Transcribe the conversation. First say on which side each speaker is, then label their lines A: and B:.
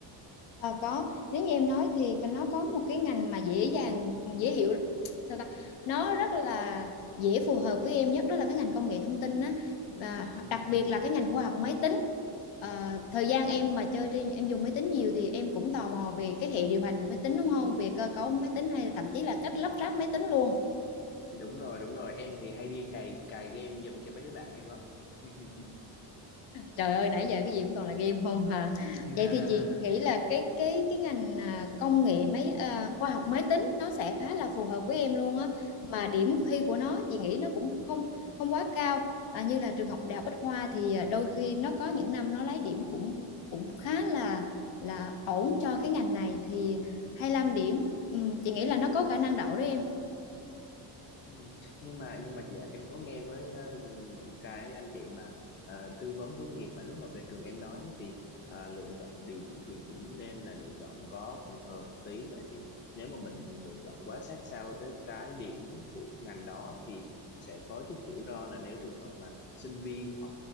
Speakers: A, on the left; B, on the left.
A: Ờ, có nếu như em nói thì nó có một cái ngành mà dễ dàng dễ hiểu sao ta nó rất là dễ phù hợp với em nhất đó là cái ngành công nghệ thông tin á và
B: ừ,
A: đặc biệt là cái ngành khoa học máy tính Ờ, thời gian em mà chơi trên em dùng máy tính nhiều thì em cũng tò mò về cái hệ điều hành của máy tính đúng không về cơ cấu máy tính hay là thậm chí là cách lắp ráp máy tính luôn
B: đúng rồi đúng rồi em thì hay đi cày cày game giùm cho mấy đứa bạn em lắm <laughs>
A: trời ơi nãy giờ cái gì cũng toàn là game không hà
B: <laughs>
A: vậy thì chị nghĩ là cái cái cái ngành à, công nghệ máy à, khoa học máy tính nó sẽ khá là phù hợp với em luôn á mà điểm thi của nó chị nghĩ nó cũng không không quá cao à, như là trường học Đại học Bách Khoa thì à, đôi khi nó có những năm nó lấy điểm cũng cũng khá là là ổn cho cái ngành này thì hai lăm điểm Ừm, chị nghĩ là nó
B: Ừ.
A: có khả năng đậu đấy em
B: Ừ. Nhưng mà nhưng mà chị ạ em có nghe với ờ, những cái anh chị mà ờ, tư vấn hướng nghiệp mà lúc mà về trường em nói thì ờ, lựa chọn điểm thì cũng nên là lựa chọn có phòng hờ một tí tại vì nếu mà mình lựa chọn quá sát sao tới cái điểm của ngành đó thì sẽ có chút rủi ro là nếu trường hợp mà sinh viên họ